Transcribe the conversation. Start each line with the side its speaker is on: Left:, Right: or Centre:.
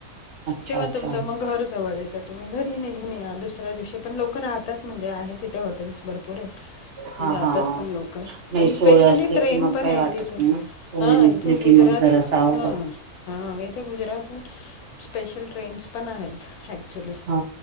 Right: अच्छा
Left: किंवा
Right: अच्छा.
Left: तुमच मग घर जवळ येत तुम्ही घरी निघून- दुसऱ्या दिवशी पण लोक राहतात. म्हणजे आहेत तिथे हॉटेल्स भरपूर आहेत.
Right: हां
Left: जातात
Right: हां.
Left: पण लोक,
Right: नाही
Left: आणि
Right: सोय
Left: स्पेशली
Right: असली
Left: ट्रेन
Right: की मग
Left: पण
Right: काही
Left: आहे
Right: वाटत
Left: तिथून
Right: नाही. सोय
Left: हा
Right: नसली
Left: इथून गुजरात
Right: की मग जरासं अवघड
Left: हा हां इथे गुजरातहून स्पेशल ट्रेन्स पण आहेत ॲक्च्युली
Right: हा